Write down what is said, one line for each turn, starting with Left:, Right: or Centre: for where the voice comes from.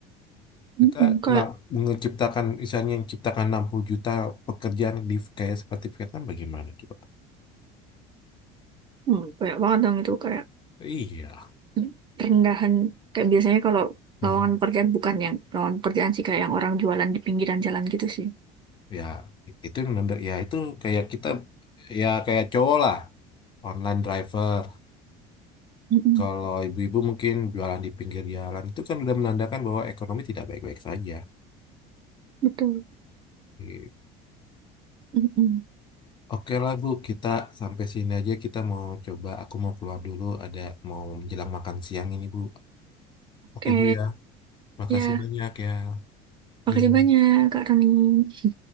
Right: Mm-mm.
Left: Kita
Right: Kayak
Left: nah, menciptakan, misalnya yang ciptakan 60 juta pekerjaan di kayak seperti Vietnam bagaimana coba?
Right: hmm, banyak banget dong itu kayak
Left: Iya.
Right: mm, rendahan. Kayak biasanya kalau
Left: Hmm.
Right: lowongan pekerjaan bukan yang lowongan pekerjaan sih kayak yang orang jualan di pinggiran jalan gitu sih.
Left: Ya, itu yang menanda, ya itu kayak kita, ya kayak cowok lah, online driver.
Right: Mm-mm.
Left: Kalau ibu-ibu mungkin jualan di pinggir jalan, itu kan udah menandakan bahwa ekonomi tidak baik-baik saja.
Right: Betul.
Left: Gitu.
Right: Mm-mm.
Left: Oke lah Bu, kita sampai sini aja, kita mau coba, aku mau keluar dulu, ada mau menjelang makan siang ini Bu.
Right: Oke,
Left: Oke Bu ya, makasih
Right: ya
Left: banyak ya.
Right: makasih
Left: Yuk.
Right: banyak Kak Rani.